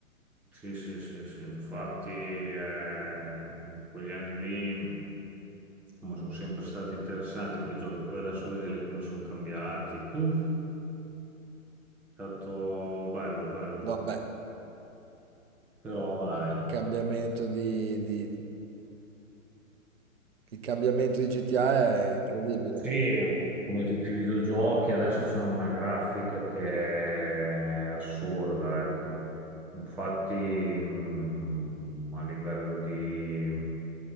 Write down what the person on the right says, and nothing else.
No, beh,
il cambiamento di, di- di- il cambiamento di GTA è incredibile.